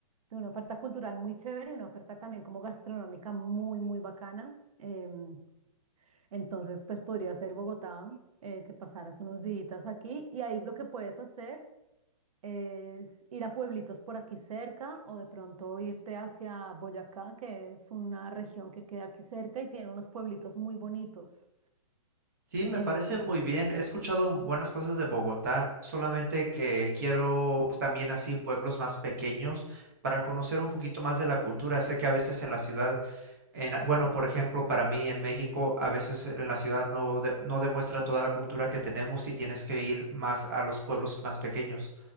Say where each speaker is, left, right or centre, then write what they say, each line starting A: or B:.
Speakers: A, on the right; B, on the right.
A: tiene una oferta cultural muy chévere y una oferta también como gastronómica muy, muy bacana. Em, entonces, pues podría ser Bogotá, eh, que pasaras unos días aquí y ahí lo que puedes hacer es ir a pueblitos por aquí cerca o de pronto irte hacia Boyacá, que es una región que queda aquí cerca y tiene unos pueblitos muy bonitos.
B: Sí, me
A: Eh,
B: parece muy bien. He escuchado buenas cosas de Bogotá, solamente que quiero también así pueblos más pequeños para conocer un poquito más de la cultura. Sé que a veces en la ciudad En, bueno, por ejemplo, para mí en México, a veces en la ciudad no, de- no demuestra toda la cultura que tenemos y tienes que ir más a los pueblos más pequeños.